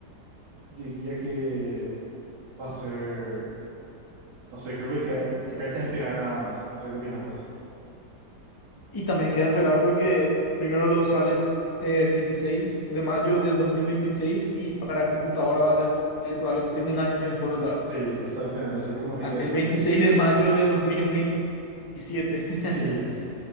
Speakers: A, on the right; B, on the left.
A: diría que va a ser, no sé, creo que queda- que resta esperar nada más, no sé qué opinas vos.
B: Y también queda esperar porque primero lo sales el 26 de mayo del 2026 y para computadora va a salir probablemente un año después otra vez.
A: Sí, exactamente, así como GTA
B: hasta
A: V.
B: el 26 de mayo de dos mil veintisiete <laughs>
A: Sí,